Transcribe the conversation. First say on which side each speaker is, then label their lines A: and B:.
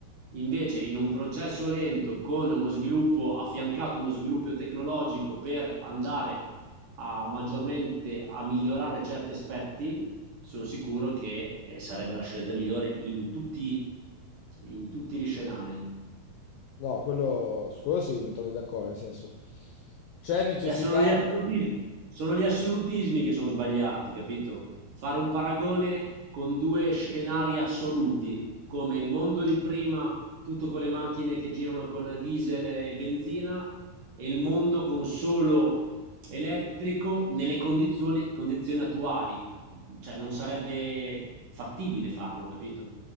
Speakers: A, on the right (about 60°); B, on the left (about 85°).
A: Invece in un processo lento con uno sviluppo affiancato, uno sviluppo tecnologico per andare a maggiormente a migliorare certi aspetti, sono sicuro che eh, sarebbe la scelta migliore in tutti, in tutti gli scenari.
B: No, quello, su quello sì, mi trovi d'accordo, nel senso, c'è necessità...
A: Cioè, sono gli assolutismi, sono gli assolutismi che sono sbagliati, capito? Fare un paragone con due scenari assoluti, come il mondo di prima, tutto con le macchine che girano con diesel e benzina, e il mondo con solo elettrico nelle condizioni, condizioni attuali. Cioè, non sarebbe fattibile farlo, capito?